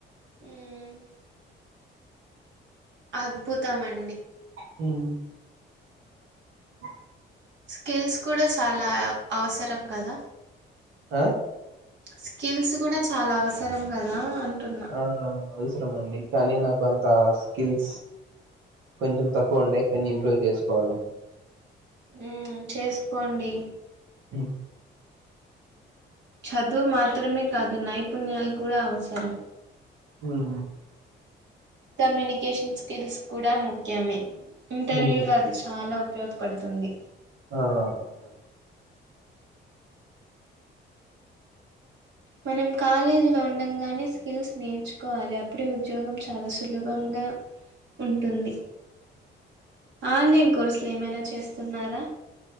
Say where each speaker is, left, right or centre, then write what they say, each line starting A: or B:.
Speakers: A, on the right; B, on the right.
A: హుమ్ అద్భుతమండి
B: హుమ్ ఆ <inaudible>
A: స్కిల్స్ కూడా చాలా అవసరం కదా
B: ఆ
A: స్కిల్స్ కూడా చాలా అవసరం కదా అంటున్నా.
B: ఆ అవసరం అండి కానీ నాకు అంత స్కిల్స్ కొంచెం తక్కువ ఉండాయి కొన్ని ఇంప్రూవ్ చేసుకోవాల
A: హుమ్ చేసుకోండి
B: హుమ్
A: చదువు మాత్రమే కాదు నైపుణ్యాలు కూడా అవసరం
B: హుమ్
A: కమ్యూనికేషన్ స్కిల్స్ కూడా ముఖ్యమే ఇంటర్వ్యూ
B: హ్మ్
A: లో అది చాలా ఉపయోగపడుతుంది
B: అవు అవు
A: మనం కాలేజీ లో ఉండంగానే స్కిల్స్ నేర్చుకోవాలి అప్పుడే ఉద్యోగం చాలా సులభంగా సులభంగా ఉంటుంది ఆన్లైన్ కోర్సులు ఏమైనా చేస్తున్నారా